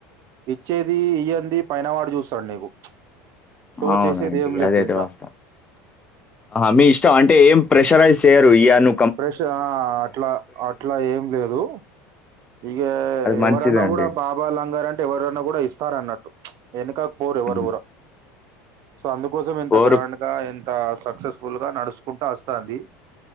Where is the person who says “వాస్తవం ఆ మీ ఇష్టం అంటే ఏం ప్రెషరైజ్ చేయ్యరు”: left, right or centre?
Left